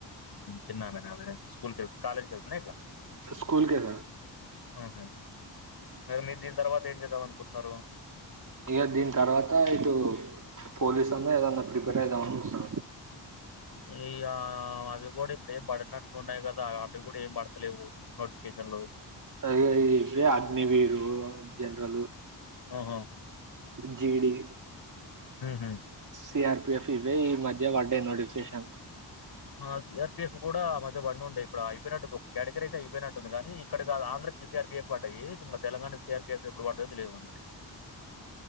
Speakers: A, on the left; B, on the right.
A: చిన్నామనామె స్కూల్కి ఎల్ కాలజ్కి ఎలుతుంద ఎట్లా
B: స్కూల్ ఎల
A: ఆహ మరి మీరు దీని తర్వాత ఏం చేద్దామనుకుంట్నారు.
B: ఇక దీని తర్వాత ఇటు పోలీస్ అన్నా ఏదన్నా ప్రిపేర్ అయిదామని చు
A: ఈగ వొడి ఇప్పుడు ఏం పడినట్టు ఉండాయ్ క లాగ అవి కూడా ఏం పడతలేవు నోటిఫికేషన్లు
B: తే ఇవే అగ్నివీరు జన్రలు
A: ఆహా!
B: జీడి
A: హ్మ్ హ్మ్మ్
B: సీఆర్పీఎఫ్ ఇవే ఈ మధ్య పడ్డే నోటిఫికేషన్
A: హా సిఆర్పిఎఫ్ కూడా మధ్య వండి ఉండేయి ఇప్పుడు అయిపోయినట్టు ఒక కేటగిరీ అయితే అయిపోయినట్టుంది కానీ ఇక్కడ కాదు ఆంధ్రకి సిఆర్పిఎఫ్ పడ్డాయికా తెలంగాణ సిఆర్పిఎఫ్ ఎప్పుడు పడయో తేలేదు మరి